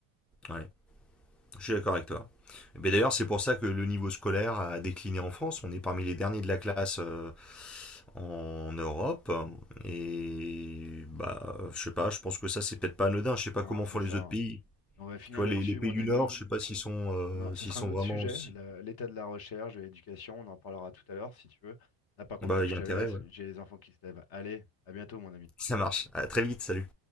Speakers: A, in the centre; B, on the left.
A: Ouais, je suis d'accord avec toi. Mais d'ailleurs, c'est pour ça que le niveau scolaire a décliné en France. On est parmi les derniers de la classe euh, en Europe. Et bah, je sais pas, je pense que ça, c'est peut-être pas anodin. Je sais pas
B: Non,
A: comment
B: c'est
A: font les
B: ça.
A: autres pays.
B: Et on va finir
A: Tu vois,
B: là-dessus,
A: les, les pays
B: mon
A: du
B: ami.
A: Nord, je sais pas s'ils sont, euh,
B: On en- Ça
A: s'ils
B: sera
A: sont
B: un autre
A: vraiment
B: sujet,
A: aussi.
B: la- l'état de la recherche, de l'éducation, on en parlera tout à l'heure, si tu veux. Là, par contre,
A: Bah,
B: faut que
A: il
B: je
A: y a
B: te
A: intérêt,
B: laisse,
A: ouais.
B: j'ai les enfants qui se lèvent. Allez, à bientôt, mon ami.
A: Ça marche. À très vite, salut.